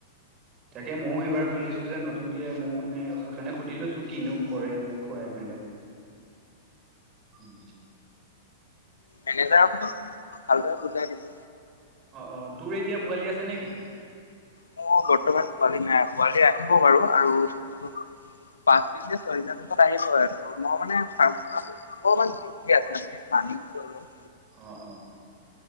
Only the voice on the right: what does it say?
তাকে মইও এইবাৰ খুলিছো যে নতুনকে ময়ো মানে সেইকাৰণে সুধি লৈছো কিনো কৰে মানে খুৱাই মেলে উম।
অ - অ। তোৰ এতিয়া পোৱালি আছে নে কি?
অ-অ।